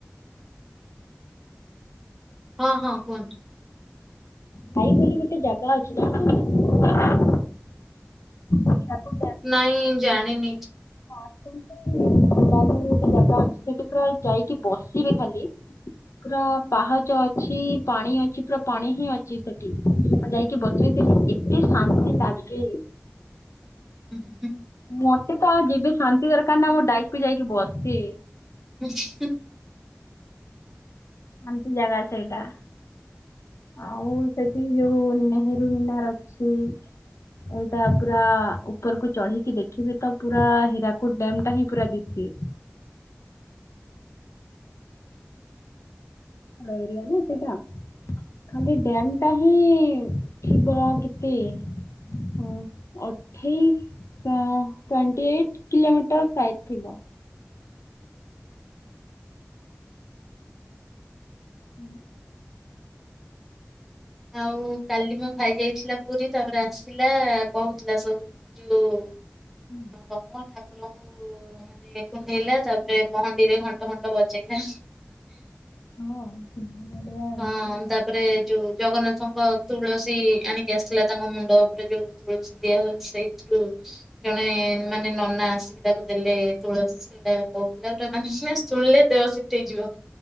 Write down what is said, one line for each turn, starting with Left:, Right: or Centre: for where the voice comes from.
Centre: ହଁ ହଁ କୁହନ୍ତୁ।
Left: ଭାଇ ବୋଲି ଗୋଟେ ଜାଗା ଅଛି ଜାଣିଛନ୍ତି? ହୀରାକୁଦ
Centre: ନାଇଁ ଜାଣିନି।
Left: ହଁ ଆସନ୍ତୁ <inaudible> ବୋଲି ଗୋଟେ ଜାଗା ଅଛି ସେଠି ପୁରା ଯାଇକି ବସିବେ ଖାଲି ପୁରା ପାହାଚ ଅଛି ପାଣି ଅଛି ପୁରା ପାଣି ହିଁ ଅଛି ସେଠି ଆ ଯାଇକି ବସିବେ ସେଠି ଏତେ ଶାନ୍ତି ଲାଗ କି
Centre: ଉଁ ହୁଁ।
Left: ମୋତେ ତ ଯିବେ ଶାନ୍ତି ଦରକାର ନା ମୁଁ ଡାଇକ କୁ ଯାଇକି ବସେ।
Centre: ହୁଁ।
Left: ଶାନ୍ତି ଜାଗା ସେଇଟା। ଆଉ ସେଠି ଯୋଉ ନେହେରୁ ମିନାର ଅଛି। ଏଇଟା ପୁରା ଉପରକୁ ଚଢିକି ଦେଖିବେ ତ ପୁରା ହୀରାକୁଦ୍ ଡ୍ୟମ୍ ଟା ହିଁ ପୁରା ଦିଶୁଛି। ଏରିଆ ନା ସେଇଟା। ଖାଲି ଡ୍ୟାମ ଟା ହିଁ ଥିବ କେତେ? ହଁ ଅଠେଇଶ ଆଁ ଟ୍ୱେଣ୍ଟୀ ଏଇଟ୍ କିଲୋମିଟର ଫାଇଭ ଥିବ। <unintelligible>
Centre: ଆଉ କାଲି ମୋ ଭାଇ ଯାଇଥିଲା ପୁରୀ ତାପରେ ଆସିଲା କହୁଥିଲା ସବୁ ଯୋଉ
Left: ହୁଁ
Centre: କଥା ଠାକୁରଙ୍କୁ ମାନେ କୁଣ୍ଢେଇଲା ତାପରେ ପହଣ୍ଡିରେ ଘଣ୍ଟ ଫଣ୍ଟ ବଜେଇଲା।
Left: ହଁ ସିବୁ ଭଳିଆ
Centre: ହଁ ତାପରେ ଯୋଉ ଜଗନ୍ନାଥଙ୍କ ତୁଳସୀ ଆଣିକି ଆସିଥିଲା ତାଙ୍କ ମୁଣ୍ଡ ଉପରେ ଯୋଉ ତୁଳସୀ ଦିଆହୁଏ ସେଇ ତୁଳସୀ। ଜଣେ ମାନେ ନନା ଆସିକି ତାକୁ ଦେଲେ ତୁଳସୀ ସେଇଟା କହୁଥିଲା <unintelligible> ପୁରା ଶୁଣିଲେ ଦେହସି ତେଇ ଯିବ।